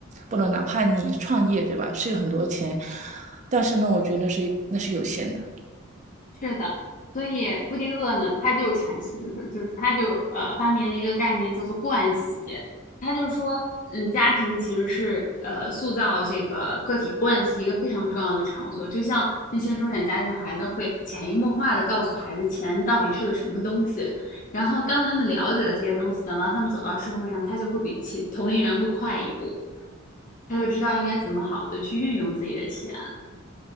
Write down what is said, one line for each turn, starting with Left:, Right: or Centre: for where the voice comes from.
Right: 不能哪怕你创业，对吧？是有很多钱，但是呢，我觉得那是那是有限的，
Left: 是的，所以布丁厄呢，他就阐释，就是就是他就呃发明了一个概念叫做惯习，他就说，嗯，家庭其实是呃塑造这个个体惯习一个非常重要的场所，就像那些中产家庭的孩子会潜移默化的告诉孩子钱到底是个什么东西，然后当他们了解了这些东西，等到他们走到社会上，他就会比其同龄人会快一步，他就知道应该怎么好的去运用自己的钱。